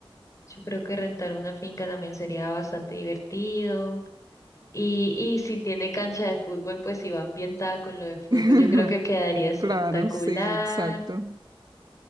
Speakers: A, on the left; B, on the right.
A: Yo creo que rentar una finca también sería bastante divertido. Y, y si tiene cancha de fútbol, pues si va ambientada con lo de fútbol,
B: <laughs>
A: yo creo que quedaría espectacular.
B: Claro, sí, exacto.